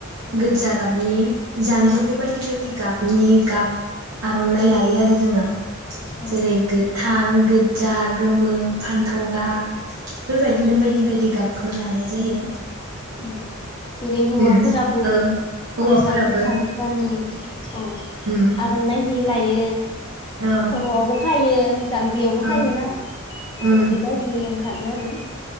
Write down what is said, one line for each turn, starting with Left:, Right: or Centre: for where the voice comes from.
Left: औ
Right: गोदजा
Left: औ
Right: गाबनि जान्जियावबो
Left: औ
Right: बायदि बायदि गाब नि गाब आर'नाइ। थायो आरो जोङो
Left: औ
Right: जेरै गोथां गोद जा गोमो फान्थाव गाब। बेफोरबायदिनो
Left: औ
Right: बायदि बायदि गाब खो लानाय जायो।
Left: औ जेरै हौवाफोराबो
Right: उम औ
Left: गामसा
Right: हौवाफोराबो
Left: गोथां गानो औ
Right: उम
Left: आर'नाइ। हिलायो।
Right: औ
Left: खर'आवबो खायो। जान्दियावबो
Right: औ
Left: खायोना औ
Right: उम
Left: बेबायदि ओं खारो आरो।